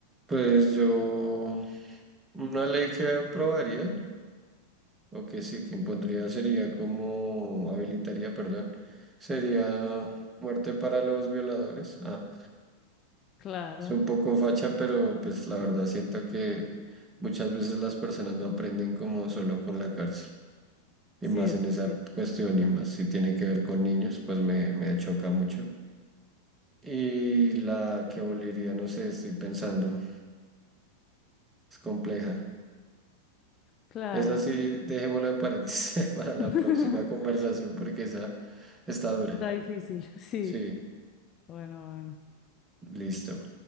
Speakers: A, on the right; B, on the left.
A: Pues yo, una ley que aprobaría. o que sí, que impondría sería como habilitaría, perdón, sería muerte para los violadores. Ah,
B: claro.
A: es un poco facha, pero pues la verdad siento que muchas veces las personas no aprenden como solo con la cárcel. Y
B: Sí,
A: más
B: eso
A: en esa
B: es cierto.
A: cuestión, y más si tiene que ver con niños, pues me, me choca mucho. Y la que aboliría, no sé, estoy pensando, es compleja.
B: Claro.
A: Esa sí, dejémosla en paréntesis <laughs> para la
B: <laughs>
A: próxima conversación porque esa está dura.
B: Está difícil. Sí.
A: Sí.
B: Bueno, bueno.
A: Listo,